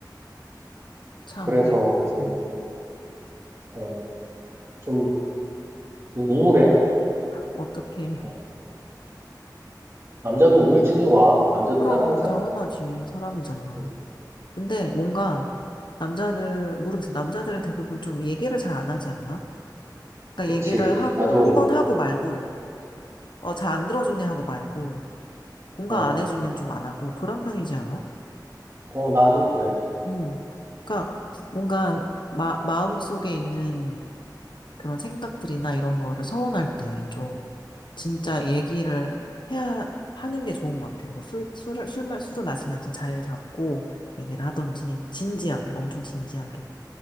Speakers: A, on the left; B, on the right.
A: 참,
B: 그래서
A: 이게,
B: 이게,
A: 어,
B: 어, 좀 우울해.
A: 어떻게.
B: 어, 남자도 우울증이 와. 남자도
A: 그럼,
B: 사람이잖아.
A: 당연하지. 사람이잖아.
B: 음,
A: 근데 뭔가 남자들, 모르겠어. 남자들은 대부분 좀 얘기를 잘 안 하지 않나? 그러니까
B: 그치.
A: 얘기를 하고,
B: 나도,
A: 한 번 하고 말고, 어, 잘 안 들어주네 하고 말고, 공감
B: 어,
A: 안 해주면 좀 안 하고, 그런 편이지 않아?
B: 어, 나도 그래.
A: 음. 그러니까 뭔가 마, 마음속에 있는 그런 생각들이나 이런 거를 서운할 때 좀 진짜 얘기를 해야 하는 게 좋은 것 같아. 뭐 술, 술을, 술, 마- 술을 마시면서 자리를 잡고 얘기를 하던지, 진지하게, 엄청 진지하게.